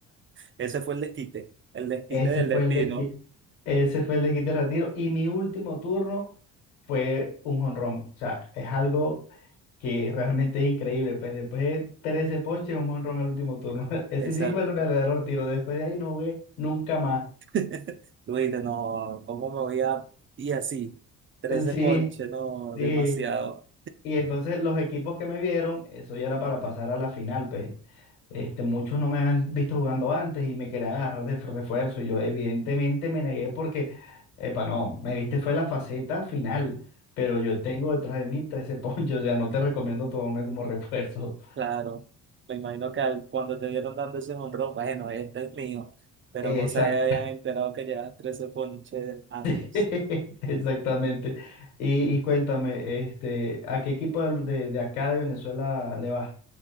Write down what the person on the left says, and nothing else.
Ese
fue
el desquite, ese fue el desquite del retiro. Y mi último turno fue un jonrón. O sea, es algo que realmente es increíble. Pues después de 13 ponches, un jonrón al último turno. <laughs> Ese
sí fue el verdadero retiro. Después de ahí no jugué nunca más.
Sí,
sí.
Y entonces los equipos que me vieron, eso ya era para pasar a la final, pues este, muchos no me habían visto jugando antes y me querían agarrar de refuerzo. Y yo evidentemente me negué porque, epa, no, me viste fue la faceta final, pero yo tengo detrás de mí 13 <laughs> ponchos, ya no te recomiendo tomarme como refuerzo.
Exact
<laughs> Exactamente. Y, y cuéntame, este, ¿a qué equipo de, de de acá de Venezuela le vas?